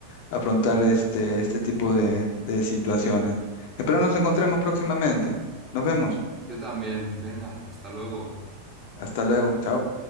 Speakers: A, on the left; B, on the right.
A: afrontar este, este tipo de, de situaciones. Espero nos encontremos próximamente. Nos vemos.
B: Yo también, venga, hasta luego.
A: Hasta luego. Chao.